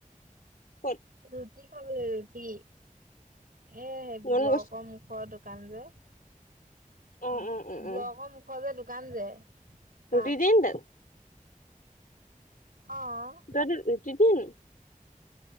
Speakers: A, on the left (about 80°); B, on the right (about 85°).
A: ক'ত
B: ৰুটি খাবলৈ ৰুটি, এ' সেই
A: মন
B: ব্লকৰ
A: গৈছে
B: মুখৰ দোকান যে।
A: অ
B: অঁ',
A: অ অ অ
B: ব্লকৰ মুখৰ যে দোকান যে। তাত।
A: ৰুটি দিয়ে নি তা'ত?
B: অঁ'।
A: তা'ত ৰুটি দিয়ে নি?